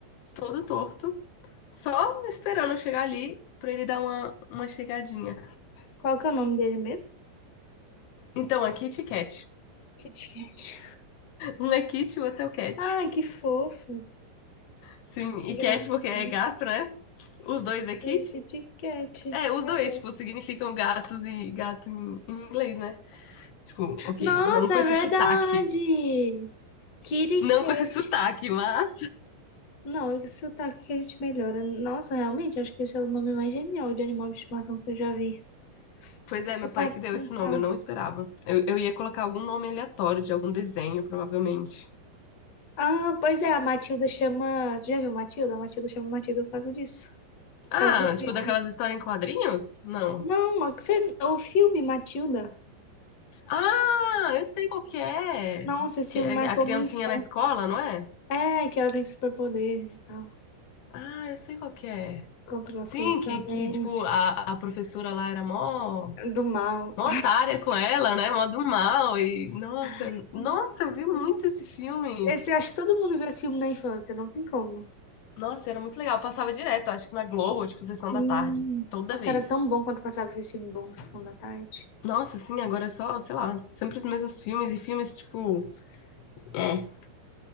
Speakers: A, on the left; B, on the left.
A: todo torto, só esperando eu chegar ali pra ele dar uma, uma chegadinha.
B: Qual que é o nome dele mesmo?
A: Então, é Kit Kat.
B: Kit Kat.
A: Um é Kit, o outro é o Cat.
B: Ai, que fofo.
A: Sim,
B: Que
A: e
B: gracinha.
A: Cat porque é gato, né? Os dois é Kit.
B: É, Kit Kat.
A: É, os
B: Meu
A: dois,
B: Deus.
A: tipo, significam gatos e gato em, em inglês, né? Tipo, ok,
B: Nossa,
A: não com
B: é
A: esse
B: verdade.
A: sotaque.
B: Kitty
A: Não
B: Cat.
A: com esse sotaque, mas.
B: Não, esse sotaque que a gente melhora. Nossa, realmente, acho que esse é o nome mais genial de animal de estimação que eu já vi.
A: Pois
B: Deixa
A: é, meu
B: eu parar
A: pai que deu
B: pra
A: esse
B: pensar.
A: nome, eu não esperava. Eu, eu ia colocar algum nome aleatório de algum desenho, provavelmente.
B: Ah, pois é, a Matilda chama. Você já viu Matilda? A Matilda chama Matilda por causa disso. Por
A: Ah,
B: causa do filme.
A: tipo daquelas histórias em quadrinhos? Não.
B: Não, a- você... o filme Matilda.
A: Ah, eu sei qual que é.
B: Nossa, esse
A: Que
B: filme
A: é
B: marcou
A: a criancinha
B: minha infância.
A: na escola, não é?
B: É, que ela tem superpoderes e tal.
A: Ah, eu sei qual que é.
B: Controla
A: Sim,
B: as coisas
A: que,
B: da mente.
A: que tipo, a, a professora lá era mó,
B: Do mal.
A: mó otária com ela, né? Mó do mal. E, nossa,
B: <laughs>
A: nossa, eu vi muito esse filme.
B: Esse, acho que todo mundo viu esse filme na infância, não tem como.
A: Nossa, era muito legal. Passava direto, acho que na Globo, tipo, sessão
B: Sim.
A: da tarde, toda
B: Nossa,
A: vez.
B: era tão bom quando passava esse filme bom no Sessão da Tarde.
A: Nossa, sim, agora é só, sei lá, sempre os mesmos filmes e filmes, tipo, é,